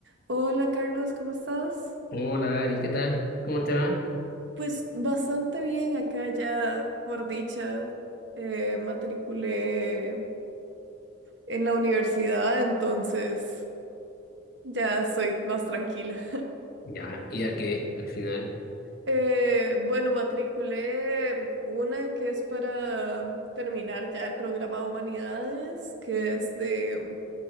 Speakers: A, on the right; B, on the left.
A: Hola Carlos, ¿cómo estás?
B: Hola Ari, ¿qué tal? ¿Cómo te va?
A: Pues bastante bien acá ya, por dicha, eh, matriculé en la universidad, entonces ya soy más tranquila.
B: Ya, ¿y a qué al final?
A: Eh, bueno, matriculé una que es para terminar ya el programa de humanidades, que es de